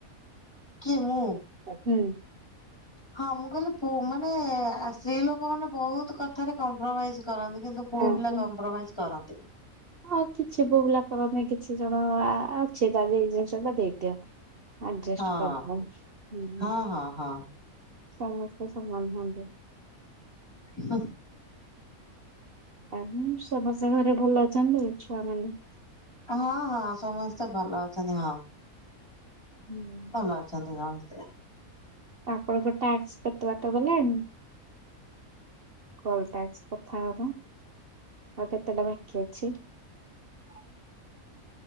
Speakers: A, on the left (about 15°); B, on the right (about 45°).
A: କିଏ ମୁଁ?
B: ହୁଁ।
A: ହଁ ମୁଁ କହିଲି ପୁ -ମାନେ ସ୍ତ୍ରୀ ଲୋକ ମାନେ ବହୁତ କଥାରେ କମ୍ପ୍ରମାଇଜ କରନ୍ତି କିନ୍ତୁ ପୁଅ
B: ହଁ
A: ପିଲା କମ୍ପ୍ରୋମାଇଜ କରନ୍ତିନି?
B: ଆଉ କିଛି ପୁଅପିଲା କରନ୍ତି କିଛି ଜଣ ଅଛି ତା ଏଇ ଜିନିଷ ଟା ଦେଇଦିଅ। ଆଡଜଷ୍ଟ
A: ହଁ
B: କରିଦବା ହୁଁ
A: ହଁ ହଁ ହଁ।
B: ସମସ୍ତେ ସମାନ ନୁହଁନ୍ତି।
A: ହ <unintelligible>
B: ଆ ସମସ୍ତେ ଘରେ ଭଲ ଅଛନ୍ତି ଛୁଆମାନେ?
A: ହଁ ହଁ ସମସ୍ତେ ଭଲ ଅଛନ୍ତି ହଁ।
B: ହୁଁ
A: ଭଲ ଅଛନ୍ତି ସମସ୍ତେ।
B: ତାପରେ ତୋ ଟାକ୍ସ କେତେବାଟ ଗଲାଣି? କଲ ଟାକ୍ସ କଥା ହେବା ପାଇଁ। ଆଉ କେତେଟା ବାକି ଅଛି?
A: ହ